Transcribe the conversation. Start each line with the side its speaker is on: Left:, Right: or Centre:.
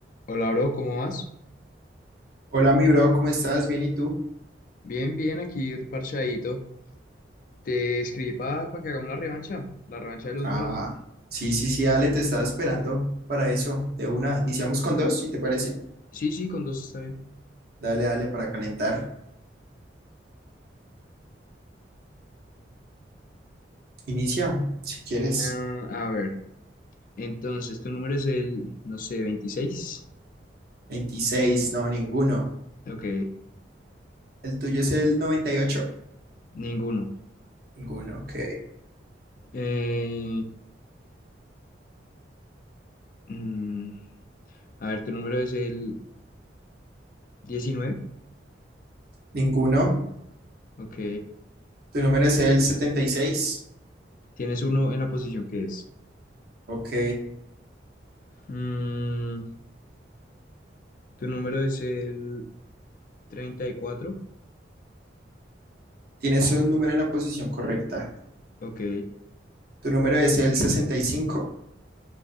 Left: Hola, bro, ¿cómo vas?
Right: Hola, mi bro, ¿cómo estás? ¿Bien y tú?
Left: Bien, bien, aquí parchadito. Te escribí para que hagamos la revancha, la revancha de los
Right: Ah,
Left: números.
Right: sí, sí, sí, dale, te estaba esperando para eso. De una, iniciamos con dos, si te parece.
Left: Sí, sí, con dos está bien.
Right: Dale, dale, para calentar. Inicia, si quieres.
Left: Ah, a ver, entonces tu número es el, no sé, veintiséis.
Right: 26, no, ninguno.
Left: Ok,
Right: ¿El tuyo es el noventa y ocho,
Left: ninguno.
Right: Ninguno, ok.
Left: Eh, mm, a ver, tu número es el diecinueve.
Right: Ninguno.
Left: Ok,
Right: ¿Tu número es el setenta y seis.
Left: tienes uno en la posición que es.
Right: Ok.
Left: Mm, tu número es el treinta y cuatro.
Right: ¿Tienes un número en la posición correcta?
Left: Ok,
Right: ¿Tu número es el sesenta y cinco,